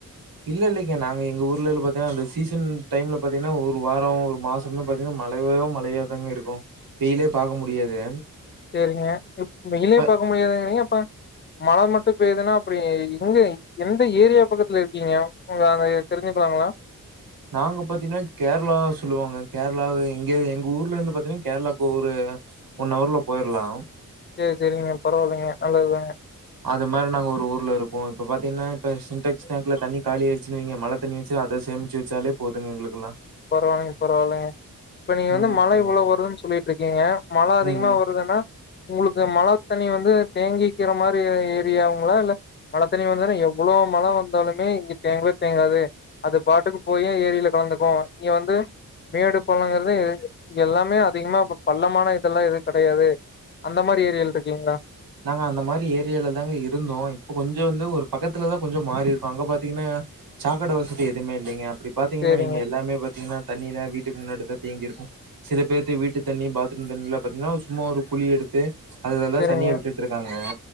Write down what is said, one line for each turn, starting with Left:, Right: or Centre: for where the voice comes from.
Right: இல்ல இல்லங்க நாங்க எங்க ஊர்ல பாத்தீங்கனா அந்த சீசன் டைம்ல பாத்தீங்கனா ஒரு வாரம் ஒரு மாசம் பாத்தீங்கனா மழயோ மழயா தாங்க இருக்கும் வெயிலே பாக்க முடியாது
Left: செரிங்க வெயிலே
Right: இப்ப
Left: பாக்க முடியாதுங்குரீங்க அப்ப மழ மட்டு இப்ப எதுன்னா அப்டி எங்க எந்த ஏரியா பக்கத்துல இருக்கீங்க உங்க அந்த தெரிஞ்சுக்கலாங்ளா
Right: நாங்க பாத்தீங்கனா கேரளா சொல்லுவாங்க கேரளா எங்க எங்க ஊர்ல இருந்து பாத்தீங்கனா கேரளாக்கு ஒரு ஒன் அவர்ல போயிரலாம்
Left: செரி செரிங்க பரவால்லிங்க நல்லது தாங்க
Right: அது மாரி நாங்க ஒரு ஊர்ல இருக்கோ இப்ப பாத்தீங்கனா இப்ப சிண்டெக்ஸ் டேங்ல தண்ணி காலி ஆயிடுச்சு வைங்க மழ தண்ணி வச்சு அத சேமிச்சு வச்சாலே போதுங்க எங்களுகுலாம்
Left: பரவால்லிங்க பரவால்லிங்க இப்ப நீங்க வந்துமழ
Right: ம். ம்.
Left: இவ்ளோ வருதுன்னு சொல்லிட்டு இருக்கீங்க மழ அதிகமா
Right: ம்.
Left: வருதுனா உங்களுக்கு மழ தண்ணி வந்து தேங்கிக்கிற மாரி ஏரியாங்களா இல்ல மழ தண்ணி வந்தாலே எவ்ளோ மழ வந்தாலுமே இங்க தேங்கவே தேங்காது அது பாட்டுக்கு போய் ஏரில கலந்துக்கோ இங்க வந்து மேடு பள்ளங்றதே எல்லாமே அதிகமா பள்ளமான இதெல்லா எது கிடையாது அந்த மாரி ஏரியால இருக்கீங்ளா
Right: நாங்க அந்த மாரி ஏரியாலதாங்க இருந்தோ இப்ப கொஞ்சோ வந்து ஒரு பக்கத்துல தா கொஞ்சோ மாரி இருக்கோம் அங்க பாத்தீங்கன்னா சாக்கட வசதி எதுவுமே இல்லிங்க இப்டி பாத்தீங்னா
Left: சேரிங்க
Right: நீங்க எல்லாமே பாத்தீங்னா தண்ணி தா வீட்டுக்கு முன்னாடி தா தேங்கியிருக்கும் சில பேத்து வீட்டு தண்ணி பாத்ரூம் தண்ணிலாம் பாத்தீன்னா சும்மா ஒரு குழி எடுத்து அதுல தா
Left: சேரிங்க
Right: தண்ணிய விட் ருக்காங்க